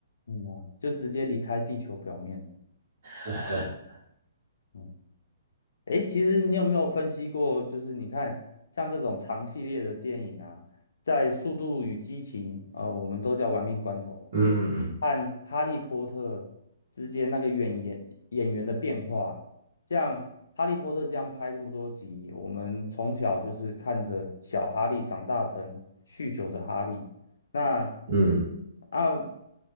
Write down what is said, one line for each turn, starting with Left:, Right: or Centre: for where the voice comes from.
Left: 嗯啊就直接离开地球表面，
Right: <laughs>
Left: 嗯。诶，其实你有没有分析过，就是你看像这种长系列的电影啊，在《速度与激情》呃，我们都叫玩命关头了，
Right: 嗯嗯嗯
Left: 和《哈利波特》之间那个演员演员的变化，像《哈利波特》这样拍这么多集，我们从小就是看着小哈利长大成酗酒的哈利，那
Right: 嗯。
Left: 啊，